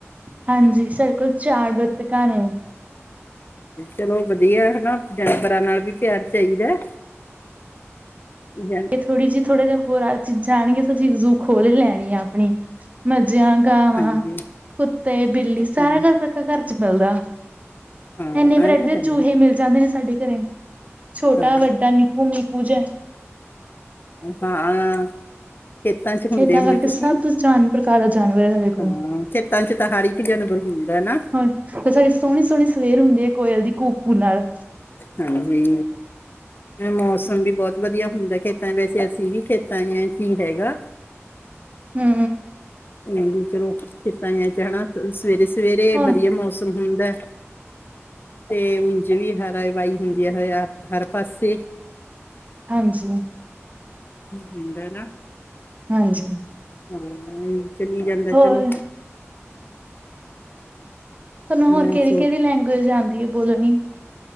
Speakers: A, on the right (about 30°); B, on the left (about 45°).
A: ਹਾਂਜੀ, ਸਾਡੇ ਕੋਲ ਚਾਰ ਬੱਤਕਾਂ ਨੇ।
B: ਚਲੋ, ਵਧੀਆ, ਹਨਾ ਜਾਨਵਰਾਂ ਨਾਲ ਵੀ ਪਿਆਰ ਚਾਹੀਦਾ। <unintelligible>
A: ਥੋੜ੍ਹੀ ਜਿ ਥੋੜਾ ਜਾਂ ਹੋਰ ਚੀਜ਼ਾਂ ਆਣਗੀਆਂ, ਤਾਂ ਅਸੀਂ ਜੂ ਖੋਲ੍ਹ ਈ ਲੈਣੀ ਆ ਆਪਣੀ। ਮੱਝਾ-ਗਾਵਾਂ,
B: ਹਾਂਜੀ
A: ਕੁੱਤੇ-ਬਿੱਲੀ, ਸਾਰਾ
B: ਹਾਂਜੀ
A: ਘਰ ਚ ਮਿਲਦਾ।
B: ਹਾਂ
A: ਇੰਨੇ ਵਰੈਟੀ
B: ਇਹ ਤਾਂ
A: ਦੇ,
B: ਹੈ
A: ਚੂਹੇ
B: ਹੀ।
A: ਮਿਲ ਜਾਂਦੇ ਨੇ, ਸਾਡੇ ਘਰੇ। ਛੋਟਾ-ਵੱਡਾ,
B: ਹਾਂ
A: ਨਿੱਕੂ- ਮਿੱਕੂ, ਜਿਹਾ
B: ਹਾਂ। ਖੇਤਾਂ ਚ ਘੁੰਮਦੇ
A: ਖੇਤਾਂ ਕਰਕੇ
B: ਹੋ ਤੁਸੀਂ,
A: ਸਭ ਜਾਨ ਪ੍ਰਕਾਰ ਦਾ ਜਾਨਵਰ ਹੈ ਸਾਡੇ ਕੋਲ
B: ਹਾਂ? ਖੇਤਾਂ ਚ ਤਾਂ, ਹਰ ਇੱਕ ਜਾਨਵਰ ਹੁੰਦਾ ਨਾ।
A: ਹਾਂ, ਤੇ ਸਾਡੀ ਸੋਹਣੀ-ਸੋਹਣੀ ਸਵੇਰ ਹੁੰਦੀ ਏ, ਕੋਇਲ ਦੀ ਕੂ-ਕੂ ਨਾਲ।
B: ਹਾਂਜੀ। ਮੌਸਮ ਵੀ ਬਹੁਤ ਵਧੀਆ ਹੁੰਦਾ। ਖੇਤਾਂ ਵੈਸੇ ਅਸੀਂ ਵੀ ਖੇਤਾਂ <unintelligible> ਸੀ, ਹੈਗਾ।
A: ਹੂੰ
B: ਹੁੰ, ਚਲੋ। ਖੇਤਾਂ ਐ? ਜਾਣਾ ਸਵੇਰੇ? ਸਵੇਰੇ
A: ਹੋਰ
B: ਵਧੀਆ ਮੌਸਮ ਹੁੰਦਾ। ਤੇ, ਜਿਹੜੀ ਹਰਿਆਵਲ ਹੁੰਦੀ ਏ ਹਰ ਪਾਸੇ।
A: ਹਾਂਜੀ।
B: ਹੁੰਦਾ ਨਾ।
A: ਹਾਂਜੀ
B: ਹਾਂ ਚਲੀ ਜਾਂਦਾ
A: ਹੋਰ
B: ਚਲੋ
A: ਤੁਹਾਨੂੰ ਹੋਰ
B: ਮੈਂ
A: ਕਿਹੜੀ
B: ਸੋ
A: -ਕਿਹੜੀ ਲੈਂਗੁਏਜ ਆਉਂਦੀ ਹੈ ਬੋਲਣੀ